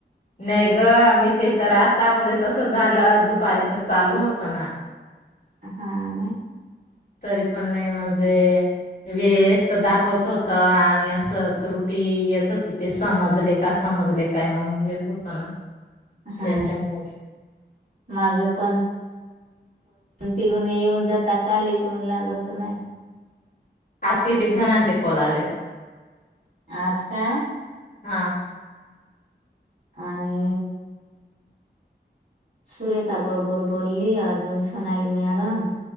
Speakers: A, on the left; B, on the right.
A: नाही ग मी ते तर आतामध्ये तस झालं दुपारी तर चालू होत ना
B: हा नाही
A: तरी पण नाही म्हणजे वेस् दाखवत होत आणि असं त्रुटी येत होती ते समजले का समजले काय म्हणून येत होतं ना
B: हा
A: त्याच्यामुळे
B: माझ पणत तिकडून येऊन जाता काल इकडून लाग गत नाही
A: आज कतक जणांचे कोल आले
B: आस्का
A: हा
B: आणि सुरेखा बरोबर बोलली अजून सोनाली मॅडम